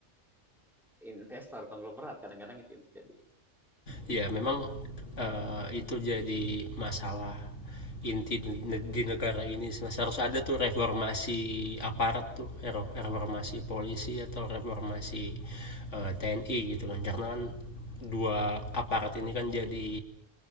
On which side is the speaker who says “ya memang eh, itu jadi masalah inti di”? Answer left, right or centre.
Left